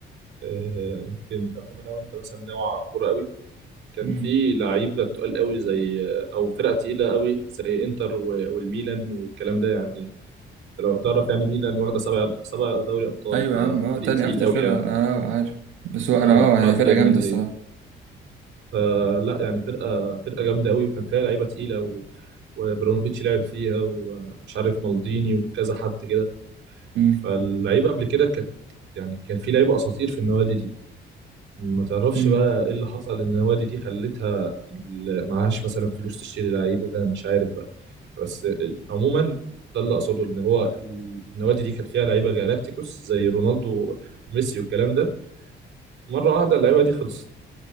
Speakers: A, on the right; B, on the right.
A: آه، يمكن من قبل ما انا وانت مثلا نوع كوره قوي كان
B: مم.
A: في لعيبه تقال قوي زي او فرقه تقيله قوي زي انتر و- والميلان والكلام ده يعني لو تعرف يعني ميلان واخده سبع سبع دوري ابطال
B: ايوه
A: ففريق
B: يا عم اه تاني
A: تقيل
B: اكتر
A: قوي
B: فرقة
A: يعني
B: انا أنا عارف بس هو
A: اه
B: انا اه
A: بعد
B: هي فرقة
A: ريال
B: جامدة
A: مدريد
B: الصراحة
A: فلا يعني فرقه فرقه جامده قوي وكان فيها لعيبه تقيله و... وبرونوفيتش لعب فيها ومش عارف مالديني وكذا حد كده
B: مم.
A: فاللعيبه قبل كده كانت يعني كان في لعيبه اساطير في النوادي دي ما تعرفش
B: مم.
A: بقى ايه اللي حصل النوادي دي خلتها ال- معهاش مثلا فلوس تشتري لعيبه مش عارف بقى بس ال- عموما ده اللي اقصده ان هو ال- النوادي دي كانت فيها لعيبه جالاكتيكوس زي رونالدو وميسي والكلام ده مره واحده اللعيبه دي خلصت